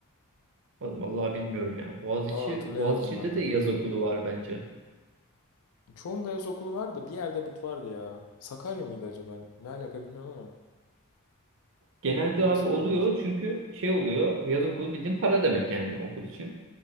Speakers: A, on the right; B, on the left.
A: vallahi bilmiyorum ya. Boğaziçi
B: Valla hatırlayamadım
A: Boğaziçi'nde
B: ben
A: de
B: de.
A: yaz okulu var bence.
B: Çoğunda yaz okulu vardı. Bir yerde büt vardı ya. Sakarya mıydı acaba? Ne alaka bilmem ama.
A: Genelde
B: Orası
A: abi oluyor
B: olabilir.
A: çünkü şey oluyor. Yaz okulu bildiğin para demek yani okul için.